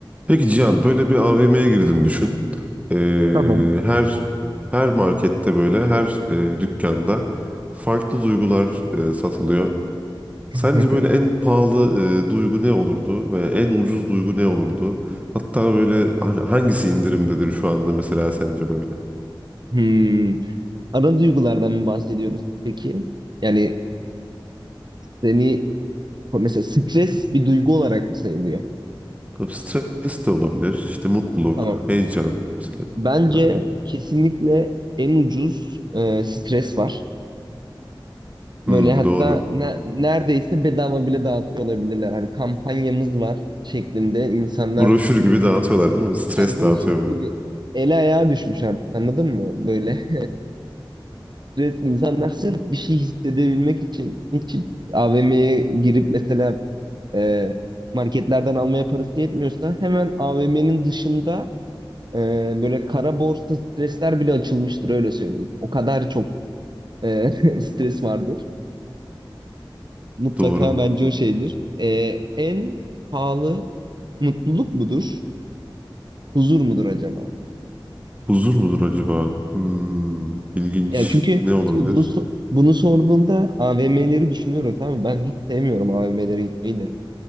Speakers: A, on the right; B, on the right.
A: Peki Cihan böyle bir AVM'ye girdin düşün. Ee,
B: Tamam.
A: her her markette böyle her e, dükkanda farklı duygular e, satılıyor. Sence
B: <laughs>
A: böyle en pahalı e, duygu ne olurdu ve en ucuz duygu ne olurdu? Hatta böyle hani hangisi indirimdedir şu anda mesela sence böyle?
B: Hmm. Ana duygulardan mı bahsediyoruz peki? Yani seni mesela stres bir duygu olarak mı sayılıyor?
A: Tabii stres de olabilir. İşte mutluluk,
B: Tamam.
A: heyecan mesela
B: Bence
A: yani
B: kesinlikle en ucuz e, stres var. Böyle
A: hmm,
B: hatta
A: doğru.
B: ne- neredeyse bedava bile dağıtıyor olabilirler. Hani kampanyamız var şeklinde insanlar
A: Broşür gibi dağıtıyorlar değil mi? Stres
B: yani broşür
A: dağıtıyor
B: gibi
A: böyle.
B: ele ayağa düşmüş artık anladın mı? Böyle Evet, insanlar sırf bir şey hissedebilmek için hiç AVM'ye girip mesela e, marketlerden almaya parası yetmiyorsa hemen AVM'nin dışında e, böyle kara borsa stresler bile açılmıştır öyle söyleyeyim. O kadar çok e, <laughs> stres vardır. Mutlaka
A: <laughs> Doğru.
B: bence o şeydir. E, en pahalı mutluluk mudur? Huzur mudur acaba?
A: Huzur mudur acaba? Hmm, ilginç.
B: Yani çünkü
A: Ne olabilir?
B: şimdi bunu so- bunu sorduğumda AVM'leri düşünüyorum tamam mı? Ben hiç sevmiyorum AVM'lere gitmeyi de.